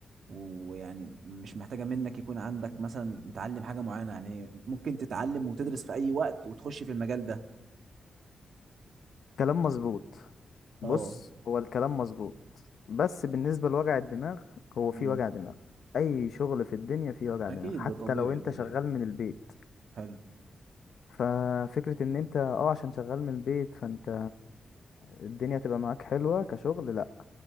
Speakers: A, on the right; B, on the left.
A: ويعني مش محتاجة منك يكون عندك مثلا متعلم حاجة معينة يعني ممكن تتعلم وتدرس في أي وقت وتخش في المجال ده
B: كلام مظبوط بص
A: اه
B: هو الكلام مظبوط بس بالنسبة لوجع الدماغ هو في
A: امم
B: وجع دماغ اي شغل في الدنيا فيه وجع
A: أكيد
B: دماغ حتى
A: ده طبيعي
B: لو انت
A: طبيعي
B: شغال من البيت
A: حلو
B: ففكرة ان انت اه عشان شغال من البيت فانت الدنيا تبقى معاك حلوة كشغل لا